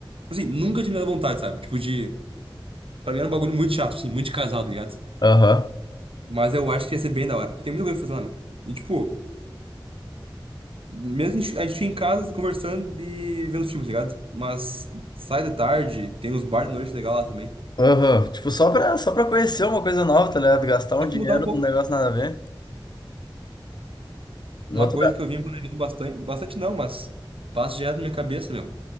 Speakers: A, on the right (about 85°); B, on the left (about 50°).
A: Assim, nunca tinha me dado vontade, sabe? Tipo, de. Pra mim era um bagulho muito chato, assim, muito de casado, tá ligado?
B: Aham.
A: Mas eu acho que ia ser bem da hora. Tem muita coisa pra fazer lá, meu. E, tipo, mesmo que a gente, a gente fique em casa conversando e vendo filmes, tá ligado? Mas sai de tarde, tem uns bar de noite legal lá também.
B: Aham, Tipo, só pra, só pra conhecer uma coisa nova, tá ligado? Gastar um
A: Só
B: dinheiro
A: pra mudar um pouco.
B: num negócio nada a ver. Outra...
A: Uma coisa que eu vim planejando bastante, bastante não, mas passa direto na minha cabeça, meu.